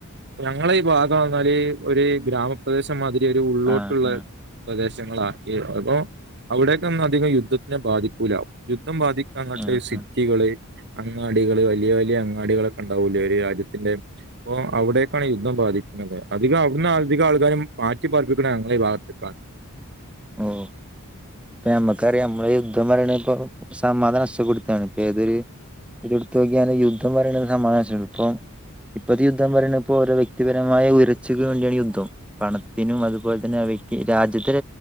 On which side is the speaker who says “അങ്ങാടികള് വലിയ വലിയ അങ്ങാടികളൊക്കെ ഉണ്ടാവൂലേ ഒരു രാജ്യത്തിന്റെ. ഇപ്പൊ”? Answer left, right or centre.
Right